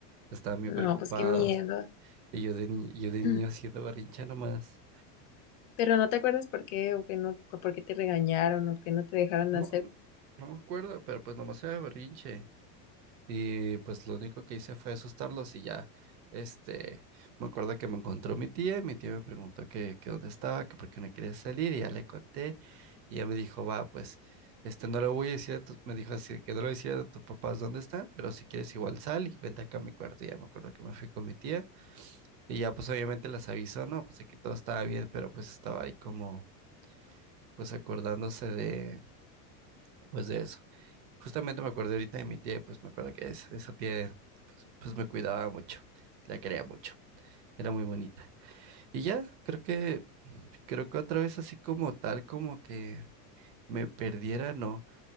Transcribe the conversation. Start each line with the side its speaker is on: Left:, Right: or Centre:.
Right: Estaban bien
Left: No,
Right: preocupados.
Left: pues qué miedo.
Right: Y yo de, ni- yo de
Left: <clears throat>
Right: niño haciendo berrinche nomás.
Left: Pero no te acuerdas por qué o que no, o por qué te regañaron o que no te dejaron
Right: No,
Left: hacer.
Right: no me acuerdo, pero pues nomás era berrinche. Y pues lo único que hice fue asustarlos y ya, este, me acuerdo que me encontró mi tía y mi tía me preguntó que, que dónde estaba, que por qué no quería salir y ya le conté y ella me dijo, va, pues, este, no lo voy a decir a tus, me dijo así, que no lo decía a tus papás dónde están, pero si quieres igual sal y vente acá a mi cuarto. Y ya me acuerdo que me fui con mi tía y ya pues obviamente las avisó, no, pues aquí todo estaba bien, pero pues estaba ahí como, pues acordándose de, pues de eso. Justamente me acuerdo ahorita de mi tía, y pues me acuerdo que es- esa tía, pues, pues me cuidaba mucho, la quería mucho, era muy bonita. Y ya, creo que, creo que otra vez así como tal, como que me perdiera, no.